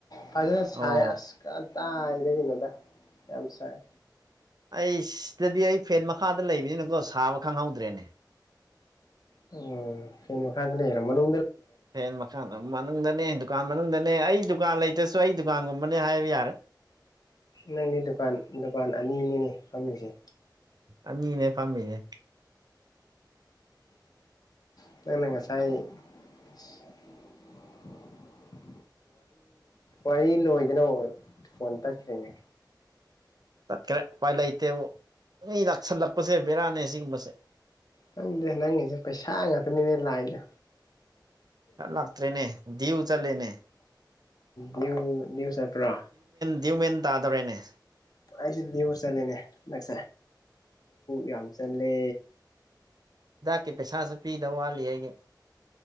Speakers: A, on the left; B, on the right.
A: ꯐꯖꯅ ꯁꯥꯏ
B: ꯑꯣ
A: ꯑꯁ ꯀꯇꯥꯏꯗꯒꯤꯅꯣꯗ ꯌꯥꯝ ꯁꯥꯏ
B: ꯑꯩ ꯁꯤꯗꯗꯤ ꯑꯩ ꯐꯦꯟ ꯃꯈꯥꯗ ꯂꯩꯕꯅꯤꯅꯀꯣ ꯁꯥꯕ ꯈꯪꯍꯧꯗ꯭ꯔꯦꯅꯦ
A: ꯎꯝ ꯐ ꯈꯥꯖ ꯂꯩꯔꯝꯗ
B: ꯐꯟ ꯃꯀꯥꯅ ꯃꯅꯨꯡꯗꯅꯦ ꯗꯨꯀꯥꯟ ꯃꯅꯨꯡꯗꯅꯦ ꯑꯩ ꯗꯨꯀꯥꯟ ꯂꯩꯇ꯭ꯔꯁꯨ ꯑꯩ ꯗꯨꯀꯥꯟꯒꯨꯝꯕꯅꯦ ꯍꯥꯏꯕ ꯌꯥꯔꯦ
A: ꯅꯪꯗꯤ ꯗꯨꯀꯥꯟ ꯗꯨꯀꯥꯟ ꯑꯅꯤꯅꯤꯅꯦ ꯐꯝꯃꯤꯁꯦ
B: ꯑ ꯃꯤꯅꯦ ꯄꯥꯝꯃꯤꯅꯦ
A: ꯎ ꯂꯅ ꯉꯁꯥꯏ <unintelligible> ꯋꯥꯔꯤ ꯂꯣꯏꯗꯅ ꯐꯣꯟ ꯇꯥꯈ꯭ꯔꯦꯅꯦ
B: ꯆꯠꯈ꯭ꯔꯦ ꯎꯄꯥꯏ ꯂꯩꯇꯦꯕꯨ ꯃꯤ ꯂꯥꯛꯁꯜꯂꯛꯄꯁꯦ ꯕꯦꯔꯥꯅꯦ ꯁꯤꯒꯨꯝꯕꯁꯦ
A: ꯅꯪꯗ ꯅꯪꯉꯁꯦ ꯄꯩꯁꯥ ꯉꯥꯛꯇꯅꯤꯅꯦ ꯂꯥꯛꯑꯂ
B: ꯆꯠ ꯂꯥꯛꯇ꯭ꯔꯦꯅꯦ ꯗꯤꯎ ꯆꯠꯂꯦꯅꯦ
A: ꯅꯅꯤꯌꯨꯁꯄ꯭ꯔꯥ
B: ꯗꯤꯌ ꯃꯦꯟ ꯇꯥꯗꯣꯔꯦꯅꯦ
A: ꯑꯩꯁꯨꯗꯤꯎꯁ ꯆꯂꯦꯅꯦ ꯂꯥꯛꯁ ꯌꯥꯝꯁꯟꯂꯦ
B: ꯀ ꯄꯩꯁꯥꯁꯨ ꯄꯤꯗ ꯋꯥꯂꯤ ꯍꯥꯏꯒꯦ